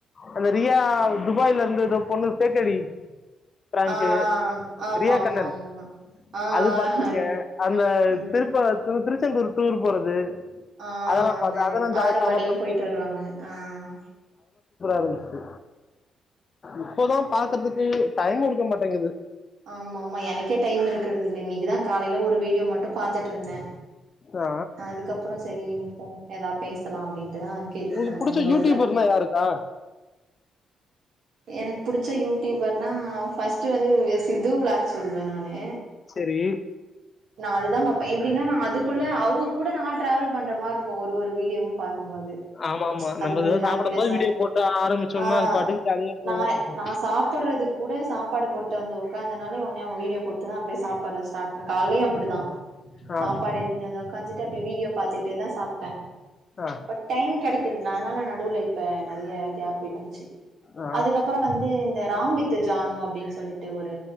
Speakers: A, on the left (about 30°); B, on the right (about 60°).
A: அந்த ரியா துபாயில இருந்து எதோ பொண்ணு ஃபேக் ஐ டி ப்ராங்கு
B: ஆ ஆ ஆமா
A: ரியா
B: ஆமா
A: கண்ணன்
B: ஆமா ஆ
A: அது பாத்திருக்கே
B: ஹரி
A: அந்த
B: ம்
A: திருப்ப து திரு ச்செந்தூர் டூர் போறது
B: ஆஹ்
A: அதெல்லாம்
B: அந்த
A: பார்த்தேன் அதெல்லாம்
B: ரியா
A: ஜா-
B: ஆறுபடையும்
A: செம
B: போயிட்டு
A: ஆ இருந்துச்சு.
B: வருவாங்க ஆஹ்
A: ப்பரா இருந்துச்சு இப்பதா பாக்கறதுக் கு டைமு இருக்க மாட்டேங்குது
B: ஆமா ஆமா எனக்கே டைம் இருக்கிறது இல்ல இன்னைக்குதா காலைல ஒரு வீடியோ மட்டு பாத்துட்டு இருந்தே
A: ஆ,
B: அதுக்கப்புற சரி இப்போ ஏதா பேசலா அப்டின்ட்டுதா கேட்டுட்ருந்த
A: உங்களுக்கு பிடிச்ச
B: குரூப்ல
A: யூடியூபர்னா யாருக்கா
B: எனக்கு புடிச்ச யூடியூபர்னா ஃபர்ஸ்ட் வந்து சித்து விளாக் சொல்லுவே நானு
A: சரி
B: அதுதான் பாப்பே எப்டினா நா அதுக்குள்ள அவங்க கூட நான் ட்ராவல் பண்ற மாரி இருக்கு ஒரு ஒரு வீடியோவு பாக் கும்போது
A: ஆமாமா. நம்ம
B: அது
A: ஏதோ
B: ஒரு ஹாப்பினஸா
A: சாப்பிடும்போது வீடியோ
B: இரு
A: போட்டு ஆரம்பிச்சோம்னா,
B: ஆஹ்
A: அது பாட்டுக்கு ஜாலியா போகும்.
B: நா நா சாப்படுறது கூட சாப்பாடு போட் டு வந்து உக்காந்தனாலே ஒடனே அவங்க வீடியோ போட்டுதா அப்டியே சாப்பட ஸ்டார்ட் பண்ணுவே காலலயு அப்பிடிதா
A: ஆ,
B: சாப்பாடு எடுத்துனு வந்து உக்காஞ்சு ட்டு அப்டியே வீடியோ பாத்துக்கிட்டேதா சாப் டே
A: ஆ,
B: இப்ப டைம் கெடைக்கிறதில்ல அதனால நா நடுவுல இப்ப நெறைய கேப் விட்ருச்சு
A: ஆ.
B: அதுக்கப்புற வந்து இந்த ராம் வித் ஜானு அப்டின்னு சொல்லி ட்டு ஒரு